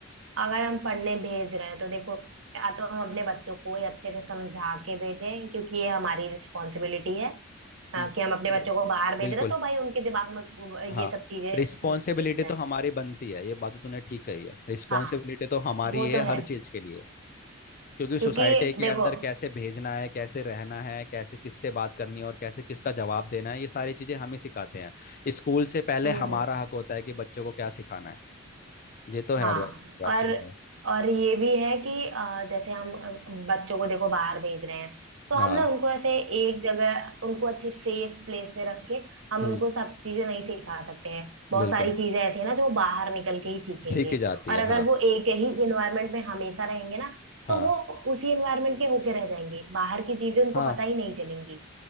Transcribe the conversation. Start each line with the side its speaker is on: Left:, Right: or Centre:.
Right: अगर हम पढ़ने भेज रहे हैं तो देखो या तो हम अपने बच्चों को ही अच्छे से समझा के भेजें क्योंकि ये हमारी रिस्पॉन्सिबिलिटी है अ,
Left: हम्म
Right: कि हम अपने
Left: अरे
Right: बच्चों को बाहर भेज
Left: बिल्कुल
Right: रहे हैं तो भाई उनके दिमाग में वो-
Left: हाँ
Right: ये सब चीजें
Left: रिस्पॉन्सिबिलिटी
Right: समझा के जाएं
Left: तो हमारी बनती है ये बात तो तूने ठीक कही है रिस्पॉन्सिबिलिटी
Right: हाँ
Left: तो हमारी
Right: वो
Left: है
Right: तो
Left: हर
Right: है
Left: चीज के लिए क्योंकि
Right: क्योंकि
Left: सोसाइटी के
Right: देखो
Left: अंदर कैसे भेजना है कैसे रहना है कैसे किससे बात करनी है और कैसे किसका जवाब देना है ये सारी चीजें हम ही सिखाते हैं स्कूल से पहले
Right: हम्म
Left: हमारा
Right: हम्म,
Left: हक होता है कि बच्चों को क्या सिखाना है ये तो है
Right: हाँ
Left: भाई बात
Right: और
Left: ठीक है
Right: और ये भी है कि अ, जैसे हम अ, बच्चों को देखो बाहर भेज रहे हैं तो
Left: हाँ
Right: हम ना उनको ऐसे एक जगह उनको अच्छे सेफ प्लेस में रख के हम
Left: हम्म
Right: उनको सब चीजें नहीं सिखा सकते हैं बहुत
Left: बिल्कुल
Right: सारी चीजें ऐसी हैं ना जो बाहर निकल के ही सीखेंगे
Left: सीखी जाती
Right: और
Left: है
Right: अगर
Left: हाँ
Right: वो एक ही इन्वायरमेंट में हमेशा रहेंगे ना
Left: हाँ
Right: तो वो उसी इन्वायरमेंट के होके रह जाएंगे बाहर की चीजें उनको
Left: हाँ
Right: पता ही नहीं चलेंगी